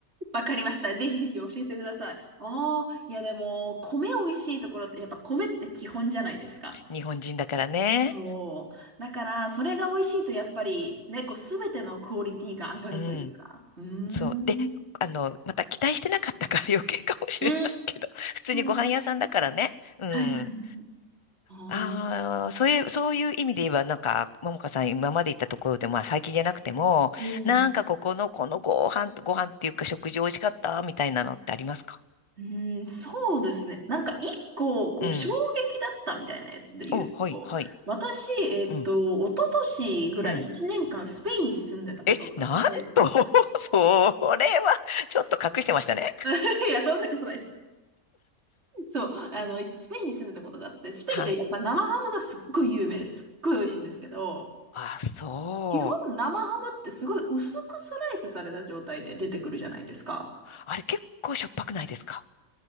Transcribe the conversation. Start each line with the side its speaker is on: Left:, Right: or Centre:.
Right: わかりました。ぜひぜひ教えてください。ああ、いやでも、米美味しいところって、やっぱ米って基本じゃないですか。
Left: 日本人だからね。
Right: そう。だから、それが美味しいと、やっぱり、ね、こう、すべてのクオリティが上がるというか。
Left: うん。
Right: うーん。
Left: そう。で、
Right: う
Left: あの、また期待してなかったから余計かもしれないけど、
Right: ー
Left: 普通にご飯屋さんだからね。
Right: ん。
Left: うん。
Right: はいはいはい。ああ、
Left: ああ、
Right: なる
Left: そういう、そういう意味で言えば、なんか、ももかさん今まで行ったところで、まあ最近じゃなくても、
Right: うん。
Left: なんかここの、このご飯、ご飯っていうか食事美味しかったみたいなのってありますか
Right: うーん、そうですね。なんか一個、こう、
Left: うん。
Right: 衝撃だったみたいなやつで言うと、
Left: お、はい、はい。
Right: 私、えっと、
Left: うん。
Right: 一昨年ぐらい1年間スペインに住んでたことがあって、
Left: うんえ、なんと、<laughs> それは、ちょっと隠してましたね。
Right: <laughs> いや、そんなことないです。そう、あの、スペインに住んでたことがあって、スペインってやっぱ生ハムがすっごい有名ですっごい美味しいんですけど、
Left: はい。あ、そう。
Right: 基本生ハムってすごい薄くスライスされた状態で出てくるじゃないですか。
Left: あれ、結構しょっぱくないですか